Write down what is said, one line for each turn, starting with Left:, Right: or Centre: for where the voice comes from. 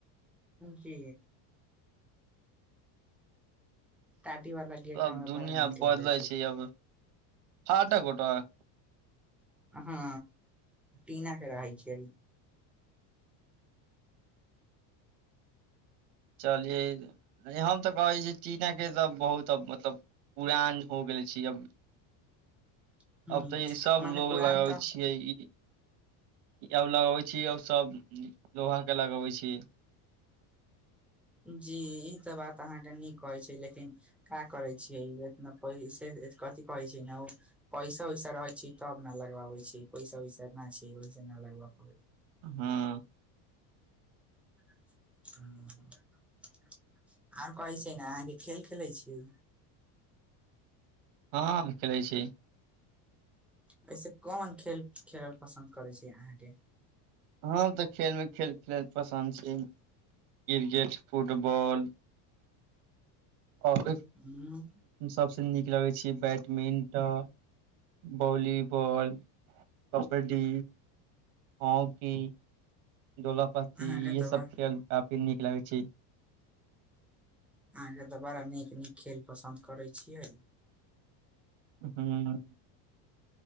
Centre: जी टाटी वाला गेट
Right: तब
Centre: हमरा
Right: दुनिया
Centre: बड़ा नीक
Right: बदलै
Centre: लागै
Right: छै अब फाटक ओटक
Centre: हँ टिना के रहै छैियै
Right: चलियै हम तऽ कहै छी टीनाके तऽ बहुत मतलब पुरान हो गेले छी अब
Centre: ह
Right: अब तऽ ई सब
Centre: मने
Right: लोग
Centre: पुरान
Right: लगाबै
Centre: तऽ
Right: छियै ई अब लगबै छी आ सब लोहा के लगबै छी
Centre: जी ई तऽ बात अहाँके नीक कहै छै लेकिन का करै छियै इतना पैसे कथि कहे छै ने पैसा वैसा रहे छै तब ने लगवाबे छै पैसा वैसा नहि छै केना लगब
Right: हँ
Centre: <unintelligible> आओर कहै छै ने खेल खेलै छि
Right: हँ खेलै छी
Centre: एहिऐसे कोन खेल खेलल पसन्द करैत छै अहाँके
Right: हँ तऽ खेलमे खेल खेलैत पसन्द छी क्रिकेट फुटबाॅल आओर
Centre: उ
Right: सभसँ नीक लगै छै बैडमिंटन भॉलीबॉल कबड्डी हॉकी दोलापत्ती
Centre: अहाँके
Right: इहे
Centre: तऽ
Right: सब
Centre: बा
Right: खेल काफी नीक लगे छै
Centre: अहाँके तऽ बड़ा नीक नीक खेल पसन्द करै छियै
Right: हुं